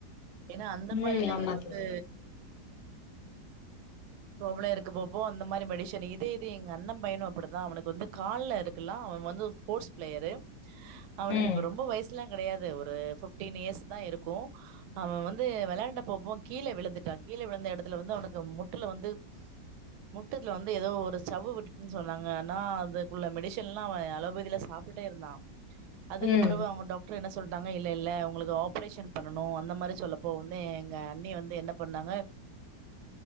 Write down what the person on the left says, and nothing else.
ம்
ஆமா
தோழி
ம்
ம்
<inaudible>